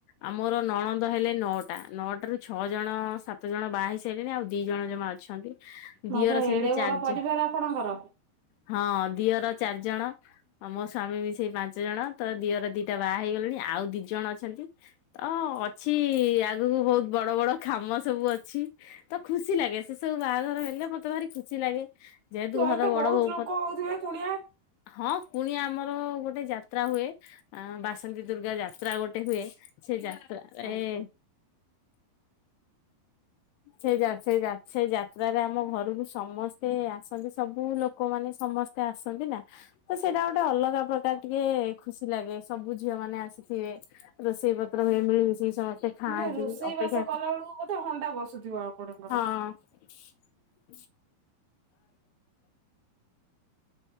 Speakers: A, on the left; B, on the right.
A: ଆମର ନଣ ହେଲେ ନଅଟା ନଅଟା ରୁ ଛଅ ଜଣ ସାତ ଜଣ ବାହା ହେଇ ସାରିଲେଣି ଆଉ ଦି ଜଣ ଜମା ଅଛ ଅଛନ୍ତି
B: ବାବା
A: ଦିଅର ସେମିତି
B: ଏଡେ ବଡ
A: ଚାରିଜ
B: ପରିବାର ଆପଣଙ୍କର।
A: ହଁ ଦିଅର ଚାରିଜଣ ମୋ ସ୍ଵାମୀ ବି ସେଇ ପାଞ୍ଚ ଜଣ ତ ଦିଅର ଦିଟା ବାହା ହେଇଗଲେଣି। ଆଉ ଦି ଜଣ ଅଛନ୍ତି ତ ଅଛି ଆଗକୁ ବହୁତ ବଡ଼ ବଡ଼ ଖାମ ସବୁ ଅଛି ତ ଖୁସି ଲାଗେ ସେ ସବୁ ବାହାଘର ହେଲେ ମତେ ଭାରି ଖୁସି ଲାଗେ ଯେହେତୁ
B: ଘରେ
A: ଘର
B: ତ
A: ବଡ଼
B: ବହୁତ
A: ବୋଉ।
B: ଲୋକ ହଉଥିବେ କୁଣିଆ।
A: ହଁ କୁଣିଆ ଆମର ଗୋଟେ ଯାତ୍ରା ହୁଏ ବାସନ୍ତି ଦୁର୍ଗା ଯାତ୍ରା ଗୋଟେ ହୁଏ। ସେ ଯାତ୍ରା ଏ
B: ଆଜ୍ଞା
A: ସେ ଯ ସେ ସେ ଯାତ୍ରାରେ ଆମ ଘରକୁ ସମସ୍ତେ ଆସନ୍ତି ସବୁ ଲୋକମାନେ। ସମସ୍ତେ ଆସନ୍ତି ନା ତ ସେଇଟା ଗୋଟେ ଅଲଗା ପ୍ରକାର ତା ଟିକେ ଖୁସି ଲାଗେ ସବୁ ଝିଅ ମାନେ ଆସିଥିବେ ରୋଷେଇ ପତ୍ର ହୁ ମିଳିମିଶି ସମ ସେ ଖାଆନ୍ତି
B: ମାନେ ରୋଷେଇ
A: ଅପେକ୍ଷା
B: ବାସ କଲା ବେଳକୁ ବୋଧେ ହଣ୍ଡା ବସୁଥିବ ଆପଣଙ୍କର।
A: ହଁ।